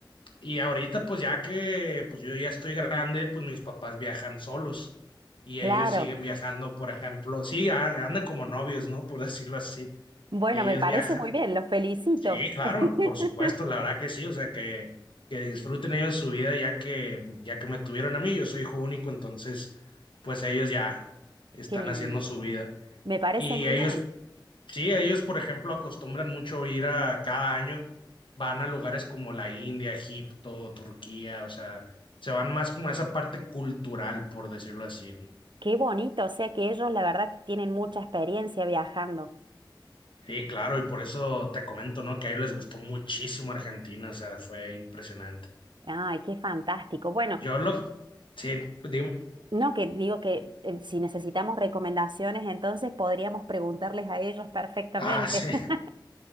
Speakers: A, on the left (about 80°); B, on the right (about 70°).
A: Y ahorita, pues ya que pues yo ya estoy grande, pues mis papás viajan solos y
B: Claro,
A: ellos siguen viajando, por ejemplo, sí, a- andan como novios, ¿no? Por <laughs> decirlo así.
B: Bueno,
A: Ellos
B: me parece
A: viajan,
B: muy bien, los felicito.
A: sí, claro,
B: <laughs>
A: por supuesto, la verdad que sí, o sea, que, que disfruten ellos su vida ya que, ya que me tuvieron a mí, yo soy hijo único, entonces, pues ellos ya están
B: Qué lindo.
A: haciendo su vida.
B: Me parece
A: Y
B: muy
A: Ah, ellos,
B: bien.
A: Sí, ellos, por ejemplo, acostumbran mucho ir a cada año, van a lugares como la India, Egipto, Turquía, o sea, se van más como a esa parte cultural, por decirlo así, ¿no?
B: Qué bonito, o sea que ellos la verdad que tienen mucha experiencia viajando.
A: Sí, claro, y por eso te comento, ¿no? Que a ellos les gustó muchísimo Argentina, o sea, fue impresionante.
B: Ay, qué fantástico. Bueno,
A: Yo lo... Sí, digo...
B: no que digo que eh, si necesitamos recomendaciones, entonces podríamos preguntarles a ellos perfectamente.
A: Ah, sí.
B: <laughs>